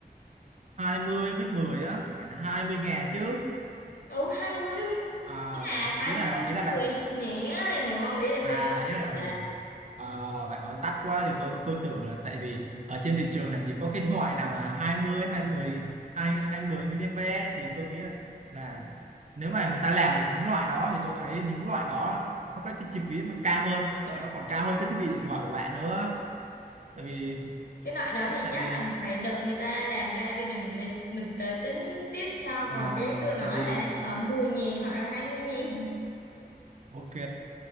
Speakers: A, on the right; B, on the left.
A: hai mươi với 10 á phải là 20 ngàn chứ
B: ừ 20 với-
A: à,
B: ý là 20
A: ý là
B: với
A: ý là bạn
B: 10 ngàn á hiểu không ý là
A: à
B: tôi nói
A: ý
B: chắc
A: là
B: á
A: à, bạn nói tắt quá thì tôi tôi tưởng là tại vì ở trên thị trường làm gì có cái loại nào mà hai mươi hai mươi hai hai mươi be thì tôi nghĩ là là nếu mà người ta làm được những loại đó thì tôi thấy những loại đó nó có cái chi phí mà cao hơn tôi sợ nó còn cao hơn cái thiết bị điện thoại của bạn nữa tại vì
B: cái loại đó
A: Tại
B: thì
A: tại
B: chắc
A: vì
B: là mình phải đợi người ta làm ra đi rồi mình mới mình tới tính tiếp sau
A: ờ,
B: còn cái tôi nói
A: tại vì
B: là họ mười nghìn hoặc là hai mươi nghìn
A: ok